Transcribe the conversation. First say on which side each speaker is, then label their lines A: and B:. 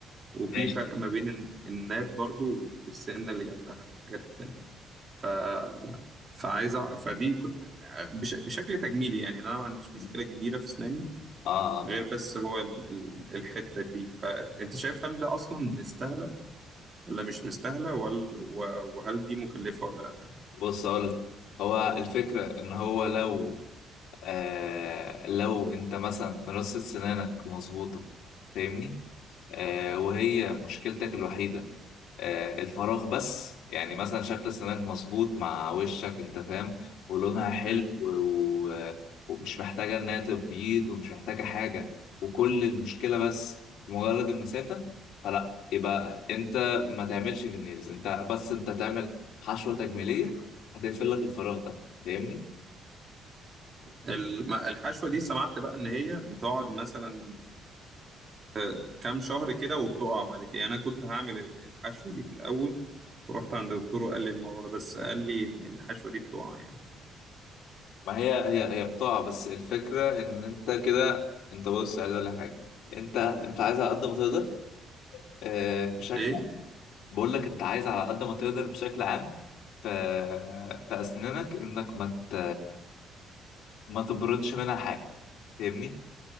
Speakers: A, on the right; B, on the left.
A: وفي
B: ماشي
A: فرق ما بين الن- الناب برضو والسنه اللي جنبها والحاجات التانية ف فعايز أع- فدي كنت بش... بشكل تجميلي يعني انا ما عنديش
B: مم.
A: مشكله كبيره في اسناني
B: اه
A: غير بس هو ال... ال- الحته دي فانت شايف هل ده اصلا مستاهله ولا مش مستاهلة ولا و- وهل دي مكلفة ولا لأ
B: بص اقول هو الفكره ان هو لو آه لو انت مثلا رصة سنانك مظبوطه فاهمني آه وهي مشكلتك الوحيده آه، الفراغ بس يعني مثلا شكل السماك مظبوط مع وشك انت فاهم ولونها حلو
A: مم.
B: و... و- ومش محتاجة انها تبيض ومش محتاجة حاجة وكل المشكلة بس مجرد المسافة فلا يبقى انت ما تعملش فينيرز انت بس انت تعمل حشوة تجميلية هتقفل لك الفراغ ده فاهمني؟
A: الم- الحشوة دي سمعت بقى إن هي بتقعد مثلا آه، كام شهر كده وبتقع بعد كده يعني أنا كنت هعمل ال- الحشوة دي في الأول ورحت عند دكتور وقال لي الموضوع ده بس قال لي إن الحشوة دي بتقع يعني
B: ما هي هي هي بضاعة بس الفكرة ان انت كده انت بص عايز اقول لك حاجة انت انت عايز على قد ما تقدر آه، بشكل
A: ايه
B: بقول لك انت عايز على قد ما تقدر بشكل عام في في اسنانك انك ما مت... ما تبردش منها حاجه فاهمني